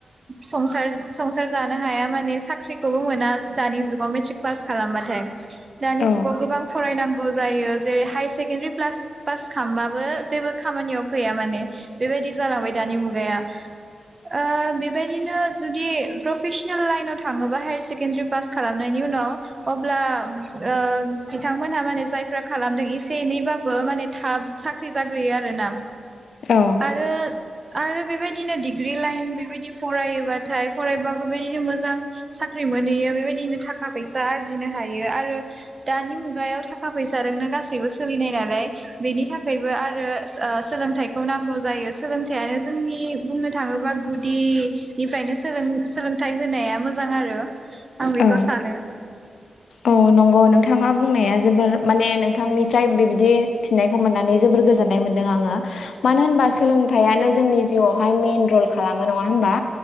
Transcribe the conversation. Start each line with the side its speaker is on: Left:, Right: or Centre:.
Right: संसार-संसार जानो हाया माने साख्रिखौबो मोना दानि जुगाव मेट्रिक पास खालामबाथाय। दानि
Left: औ
Right: जुगाव गोबां फरायनांगौ। गौ जायो जेरै सेकेडारि पलास पास खालामबाबो जेबो खामानियाव फैया माने। बेबायदि जालांबाय दानि मुगाया। ओ बेबायदिनो जुदि प्रफेसनेल लाइनाव थाङोबा हायार एसे सेकेडारि पास खालामनायनि उनाव अब्ला ओ बिथांमोनहा माने जायफ्रा खालामदों सेनैबाबो माने थाब साख्रि जाग्रोयो आरो ना।
Left: औ
Right: आरो आरो बेबायदिनो डिग्रि लाइन बेबायदि फरायोबाथाय फरायबाबो बेबायदिनो मोजां साख्रि मोनहैयो बेबायदिनो थाखा फैसा आरजिनो हायो आरो दानि मुगायाव थाखा फैसााजोंनो गासैबो सोलिनाय नालाय बेनि थाखायबो आरो ओ सोलोंथाइखौ नांगौ जायो सोलोंथाइयानो जोंनि बुंनो थाङोब्ला गुदिनिफ्रायनो सोलोंथाइ होनाया मोजां आरो। आं बेखौ
Left: औ
Right: सानो।
Left: औ नंगौ नोंथाङा बुंनाया जोबोर माने नोंथांनिफ्राय बेबायदि फिननायखौ मोननानै जोबोर गोजोननाय मोनदों आङो मानो होनबा सोलोंथाइयानो जोंनि जिउआवहाय मेन रल खालामो नङा होमबा।